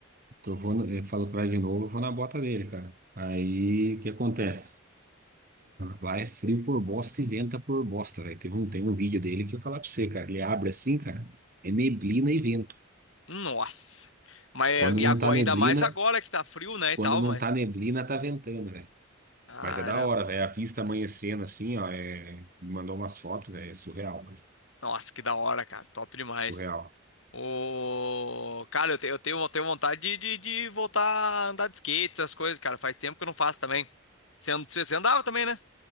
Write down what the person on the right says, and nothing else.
tô, vou, na- ele falou que vai de novo, eu vou na bota dele, cara. Aí, o que acontece? Vai frio por bosta e venta por bosta, velho. Tem um, tem um vídeo dele que eu vou falar pra você, cara. Ele abre assim, cara. É neblina e vento.
Quando
não
tá neblina,
quando
não
tá neblina, tá ventando, velho.
Mas é da hora, velho. A vista amanhecendo assim, ó. é- Mandou umas fotos, velho. É surreal, cara.
Surreal.